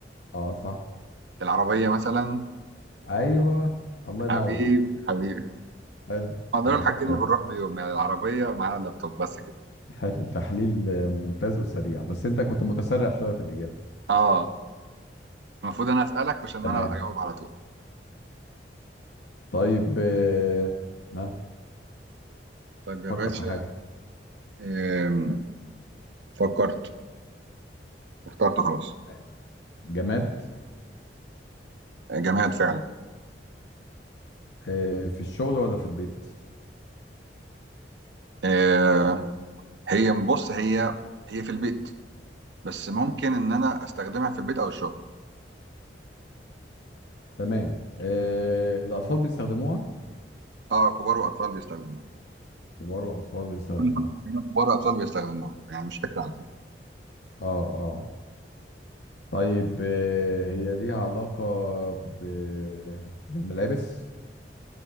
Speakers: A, on the left (about 75°); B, on the right (about 80°).
A: اه صح
B: العربيه مثلا
A: ايوه الله
B: حبيبي
A: ينور
B: حبيبي
A: حلو
B: ما دول
A: حلو
B: الحاجتين
A: حلو
B: اللي بنروح بيهم يعني العربيه معانا اللابتوب بس كده
A: حل- تحليل آه، ممتاز وسريع بس انت كنت متسرع شويه في الاجابه
B: اه المفروض انا اسالك مش ان
A: تمام
B: انا اجاوب على طول
A: طيب آه، ها
B: طيب يا
A: فكر
B: باشا
A: في حاجه
B: آم، فكرت اخترت خلاص
A: تمام. جماد
B: آه، جماد فعلا
A: آه، في الشغل ولا في البيت
B: آه، هي بص هي هي في البيت بس ممكن ان انا استخدمها في البيت او الشغل
A: تمام آه، الاطفال بيستخدموها
B: اه كبار واطفال بيستخدموها
A: كبار واطفال بيستخدموها
B: <laughs> كبار واطفال بيستخدموها يعني مش فكره على فكره
A: اه اه طيب آه، هي ليها علاقه ب... بالملابس